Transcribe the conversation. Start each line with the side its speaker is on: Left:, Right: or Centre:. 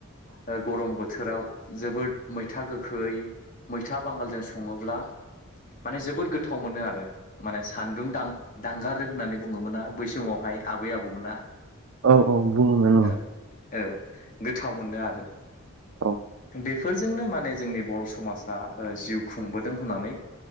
Left: ओ गरम बो थोराव जोबोद मैथा गोखै मैथा बांगालजों सङोब्ला माने जोबोद गोथाव मोनो आरो माने सान्दुं दां दांगारो होननानै बुङोमोना बै समावहाय आबै आबौमोना।
Right: औ औ बुङोमोन ओं।
Left: औ औ गोथाव मोनो आरो।
Right: औ
Left: बेफोरजोंनो माने जोंनि बर' समाजा ओ जिउ खुंबोदों होननानै